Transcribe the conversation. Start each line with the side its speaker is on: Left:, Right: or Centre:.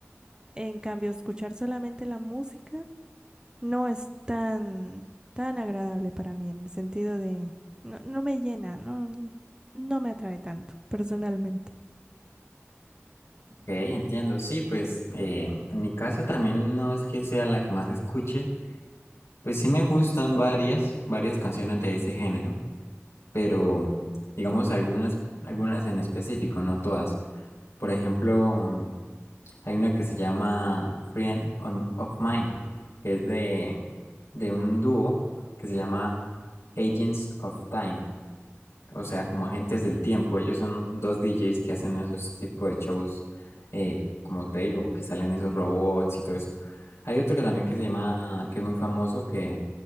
Right: En cambio, escuchar solamente la música no es tan, tan agradable para mí en el sentido de no, no me llena, no, no me atrae tanto personalmente.
Left: ok, entiendo. Sí, pues eh, en mi caso también no es que sea la que más escuche, Pues sí me gustan varias, varias canciones de ese género, pero digamos algunas, algunas en específico, no todas. Por ejemplo, mm, hay una que se llama Friend on- of Mine, que es de, de un dúo que se llama Agents of Time o sea, como agentes del tiempo. Ellos son dos DJs que hacen esos tipos de shows, eh, como te digo, que salen esos robots y todo eso. Hay otro que también que se llama, que es muy famoso, que,